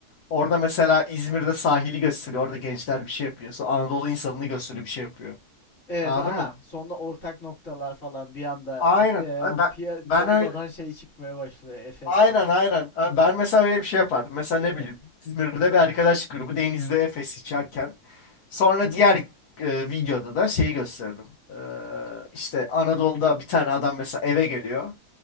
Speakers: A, on the left; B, on the left.
A: Orada mesela İzmir'de sahili gösteriyor. Orada gençler bir şey yapıyor. Sonra Anadolu insanını gösteriyor bir şey yapıyor.
B: Evet
A: Anladın
B: aha
A: mı?
B: sonra ortak noktalar falan bir anda
A: Aynen.
B: işte
A: Ha,
B: o
A: Ben,
B: piya torbadan
A: ben öyle
B: şey çıkmaya başlıyor Efes'le.
A: aynen aynen. Ha, Ben mesela öyle bir şey yapardım. Mesela
B: Ee,
A: ne bileyim İzmir'de bir arkadaş grubu denizde Efes içerken sonra diğer e, videoda da şeyi gösterdim. Ee, işte Anadolu'da bir tane adam mesela eve geliyor.